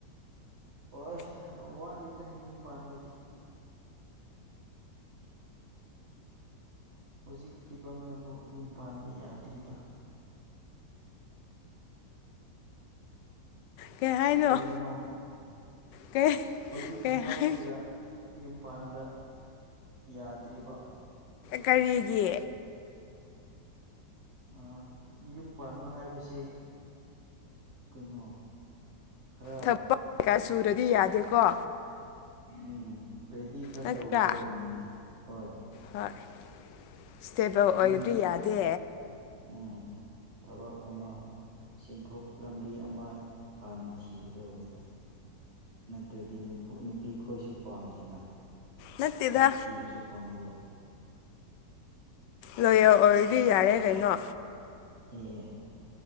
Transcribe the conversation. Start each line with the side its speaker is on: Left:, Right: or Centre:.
Right: <unintelligible> ꯋꯥꯠꯂꯤꯗ ꯌꯨꯝ ꯄꯥꯟꯕꯗꯤ ꯍꯧꯖꯤꯛ ꯐꯤꯕꯝꯅꯕꯨ ꯌꯨꯝ ꯄꯥꯟꯕ ꯌꯥꯗ꯭ꯔꯤꯗ
Left: ꯀꯩ ꯍꯥꯏꯅꯣ
Right: ꯀꯔꯤꯅꯣ
Left: ꯀꯩ
Right: ꯍꯧꯖꯤꯛ
Left: ꯀꯩ
Right: ꯐꯤꯕꯝꯁꯤꯒ
Left: ꯍꯥꯏ
Right: ꯌꯨꯝ ꯄꯥꯟꯕ ꯌꯥꯗ꯭ꯔꯤꯕ
Left: ꯀꯔꯤꯒꯤ
Right: ꯑꯥ ꯌꯨꯝ ꯄꯥꯟꯕ ꯍꯥꯏꯕꯁꯤ ꯀꯩꯅꯣ ꯈꯔ
Left: ꯊꯕꯛ ꯀꯩꯀꯥ ꯁꯨꯔꯗꯤ ꯌꯥꯗꯦꯀꯣ
Right: ꯎꯝ ꯔꯦꯗꯤ ꯈꯔ
Left: ꯅꯠꯇ꯭ꯔꯥ
Right: ꯇꯧꯒꯗꯧꯕꯅꯤꯅꯦ ꯍꯣꯏ
Left: ꯍꯣꯏ ꯏꯁꯇꯦꯕꯜ ꯑꯣꯏꯗꯔꯗꯤ
Right: ꯃꯤ
Left: ꯌꯥꯗꯦ
Right: ꯎꯝ ꯊꯕꯛ ꯑꯃ ꯁꯦꯟꯊꯣꯛ ꯂꯝꯕꯤ ꯑꯃ ꯍꯥꯟꯅ ꯊꯤꯒꯗꯧꯕꯅꯤ ꯅꯠꯇ꯭ꯔꯗꯤ ꯅꯨꯞ ꯅꯨꯄꯤ ꯈꯣꯏꯁꯨ ꯄꯥꯝꯗꯦꯅ
Left: ꯅꯠꯇꯦꯗ
Right: ꯅꯨꯄꯤ ꯊꯤꯕꯁꯨ ꯐꯪꯂꯔꯣꯏ
Left: ꯂꯣꯌꯦꯜ ꯑꯣꯏꯔꯗꯤ ꯌꯥꯔꯦ ꯀꯩꯅꯣ
Right: ꯑꯦ ꯑꯦ